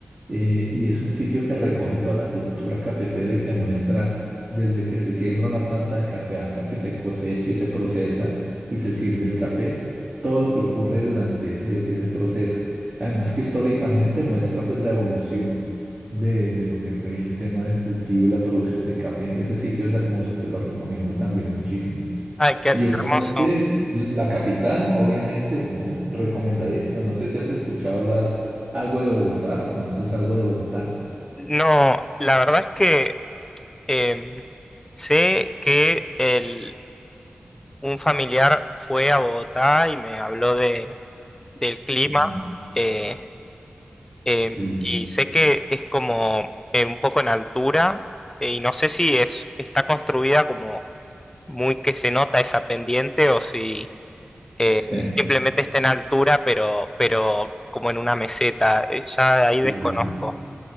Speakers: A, on the right; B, on the left.
A: eh, y es un sitio que recoge toda la cultura cafetera y te muestra desde que se siembra una planta de café hasta que se cosecha y se procesa y se sirve el café, todo lo que ocurre durante ese ese proceso. Además que históricamente muestra pues la evolución de, de lo que fue el tema del cultivo y la producción de café. Ese sitio es hermoso, te lo recomiendo también muchísimo.
B: Ay, qué,
A: Y
B: qué
A: obviamente
B: hermoso.
A: la capital, obviamente, ¿no? Recomendadísima. No sé si has escuchado hablar algo de Bogotá, si conoces algo de Bogotá.
B: No, la verdad es que em, sé que el, un familiar fue a Bogotá y me habló de, del clima
A: Sí,
B: eh, eh,
A: sí,
B: y sé que es como eh, un poco en altura eh, y no sé si es, está construida como muy que se nota esa pendiente o si eh,
A: <laughs>
B: simplemente está en altura pero, pero como en una meseta. Eh, ya ahí
A: sí.
B: desconozco.